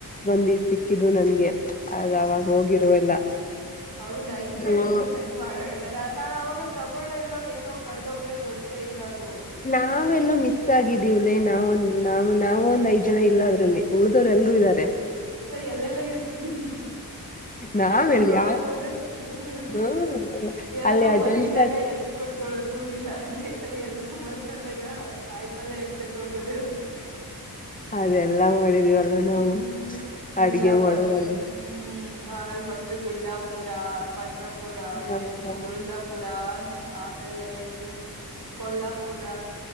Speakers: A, on the left; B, on the right.
A: ಬಂದಿ ಸಿಕ್ಕಿದು ನನ್ಗೆ ಆಗ ಅವಾಗ ಹೋಗಿರುವ ಎಲ್ಲ
B: ಹೌದಾ ಇದ್ರೆ
A: ಹ್ಮ
B: ನನ್ಗೂ ಸಣ್ ಮಾಡ್ರ ಏನ ನಾವಾಗ ತಗೊಳ್ಳ ಇಲ್ಲ ಏನೋ ಕಳೆದೋಗೆ ಗೊತ್ತೇ ಇಲ್ಲ ಅದು
A: ನಾವೆಲ್ಲ ಮಿಸ್ ಆಗಿದೀವಲ್ಲೇ ನಾವೊಂದ ನಾವ್ ನಾವ ಒಂದ್ ಐದ್ ಜನ ಇಲ್ಲ ಅದ್ರಲ್ಲಿ ರೆ ಎಲ್ಲರೂ ಇದ್ದಾರೆ
B: ಎಲ್ಲೆಲ್ಲಾ ಇ
A: ನಾವೆಲ್ಲಿ
B: ಎಲ್ರುೂ ನೋಡಕ್
A: ಯಾವ
B: ಹೋದು ಹ್ಮ
A: ಹ್ಮ
B: ಎಲ್ರುೂ
A: ಅಲ್ಲಿ ಅಜಂತ
B: ಮಲಗಿದಾಗ ಎದ್ದು ಕೊಟ್ಗಳು ಅದು ಇಲ್ಲ ಅಂದ್ರೆ ಈ ಸಲ ಎಲ್ರು ಮಲ್ಕೊಂಡಾಗ ಕಾಯಿ ಪಲ್ಯ ಎರ್ಚಕ್ ಹೋಗೋದು.
A: ಅದೆಲ್ಲಾ ಮಾಡಿದೀವಲ್ಲ
B: ಹ್ಮ್
A: ನಾವು
B: ನಿಜ
A: ಅಡ್ಗೆ ಮಾಡೋದಾಗ
B: ಫಸ್ಟ್ ಹ್ಮ್ ಆಮೇಲ್ ಫಸ್ಟ್ ಗುಡ್ಡಾಪುರ ಪಂಡ್ರಪುರ
A: ಆತರ
B: ಏನು ತುಳಜಾಪುರ ಆಮೇಲೆ ಇದು ಕೊಲ್ಲಾಪುರ